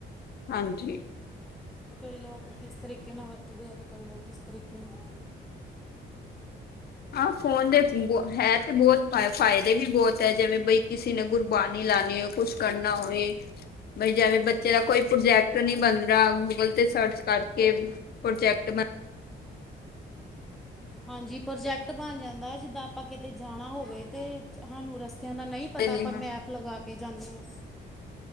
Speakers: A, on the left; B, in the centre.
A: ਹਾਂਜੀ
B: ਕਈ ਲੋਕ ਕਿਸ ਤਰੀਕੇ ਨਾਲ ਵਰਤਦੇ ਆ ਤੇ ਕਈ ਲੋਕ ਕਿਸ ਤਰੀਕੇ ਨਾਲ
A: ਹਾਂ ਫੋਨ ਦੇ ਬਹੁ
B: ਖਾਣਾ
A: ਹੈ
B: ਵੀ
A: ਤੇ ਬਹੁਤ ਫਾਇਦੇ ਵੀ ਬਹੁਤ ਹੈ ਜਿਵੇਂ ਕੋਈ ਕਿਸੇ ਨੇ ਗੁਰਬਾਾਨੀ ਲਾਉਣੀ ਹੋਵੇ ਕੁਛ ਕਰਨਾ ਹੋਵੇ ਬਈ ਜਿਵੇਂ ਬੱਚੇ ਦਾ ਕੋਈ ਪ੍ਰੋਜੈਕਟ ਨਹੀਂ
B: ਹਾਂਜੀ
A: ਬਣ ਰਿਹਾ ਗੂਗਲ ਤੇ ਸਰਚ ਕਰਕੇ ਪ੍ਰੋਜੈਕਟ ਬਣ
B: ਹਾਂਜੀ ਪ੍ਰੋਜੈਕਟ ਬਣ ਜਾਂਦਾ ਜਿੱਦਾਂ ਆਪਾਂ ਕਿਤੇ ਜਾਣਾ ਹੋਵੇ ਤੇ ਸਾਨੂੰ ਰਸਤੇ ਜਿਨਾਂ ਨੂੰ ਨਹੀਂ ਪਤਾ ਆਪਾਂ
A: ਨੇ
B: ਮੈਪ ਲਗਾ ਕੇ ਜਾਂਦੇ ਹਾਂ